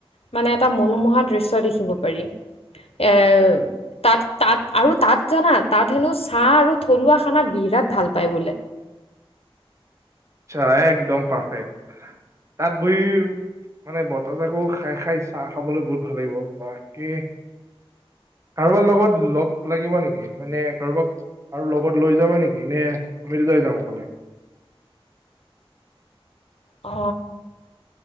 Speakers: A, on the left (about 80°); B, on the right (about 30°).
A: মানে এটা মনোমোহা দৃশ্য দেখিব পাৰি। এৰ তাত তাত আৰু তাত জানা তাত হেনো চাহ আৰু থলুৱা খানা বিৰাট ভাল পায় বোলে।
B: আ একদম পাৰফেক্ট তাত বহিম। মানে বতাহজাকো খাই খাই চাহ খাবলৈ বহুত ভাল লাগিব। বাকী, কাৰোবাৰ লগত লগ লাগিবা নেকি? মানে কাৰোবাক কাৰ লগত লৈ যাবা নেকি? নে, আমি যাম অকলে।
A: আ